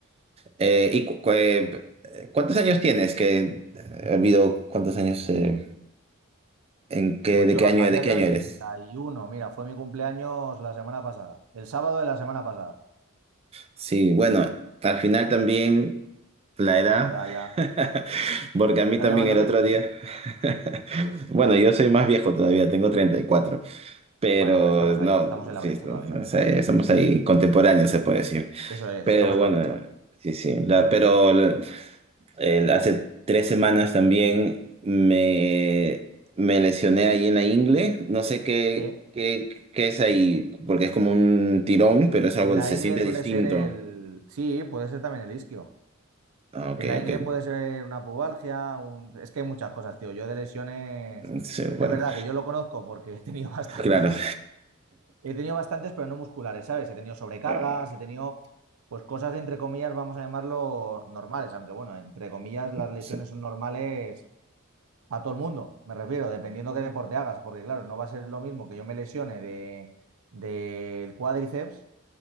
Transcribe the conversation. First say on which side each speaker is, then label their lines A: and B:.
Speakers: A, on the right; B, on the right.
A: Eh, ¿y cu- cu- eh, cuántos años tienes? Que eh, olvido cuántos años, eh, en qué,
B: pues
A: de
B: yo
A: qué año,
B: a día
A: de qué
B: de
A: año
B: hoy,
A: eres.
B: 31, mira, fue mi cumpleaños la semana pasada, el sábado de la semana pasada.
A: Sí, bueno, al final también la edad,
B: Sí, la edad ya.
A: <laughs>
B: sí.
A: porque a mí
B: ¿Me estás
A: también
B: llamando
A: el
B: viejo,
A: otro día,
B: tío?
A: <laughs> bueno, yo soy más viejo todavía, tengo 34, pero
B: Bueno, pues estamos
A: no,
B: ahí, estamos en la
A: sí,
B: brecha
A: no,
B: todavía.
A: no sé, somos ahí contemporáneos, se puede decir.
B: Eso es,
A: Pero
B: estamos en
A: bueno,
B: la brecha.
A: sí, sí, la- pero el- el- hace tres semanas también me, me lesioné ahí en la ingle, no sé qué,
B: Sí.
A: qué, qué es ahí, porque es como un tirón, pero es algo
B: En
A: que
B: la
A: se
B: ingle
A: siente
B: suele
A: distinto.
B: ser el. Sí, puede ser también el isquio.
A: Ah, Ok,
B: En la
A: ok.
B: ingle puede ser una pubalgia, un... es que hay muchas cosas, tío. Yo de lesiones,
A: Sí, Bueno,
B: es verdad que yo lo conozco porque he tenido <laughs> bastantes,
A: claro.
B: he tenido bastantes, pero no musculares, ¿sabes? He tenido sobrecargas,
A: Ah,
B: he tenido, pues cosas entre comillas, vamos a llamarlo normales, aunque bueno, entre comillas las lesiones
A: sí,
B: son normales a todo el mundo, me refiero, dependiendo qué deporte hagas, porque claro, no va a ser lo mismo que yo me lesione de, del cuádriceps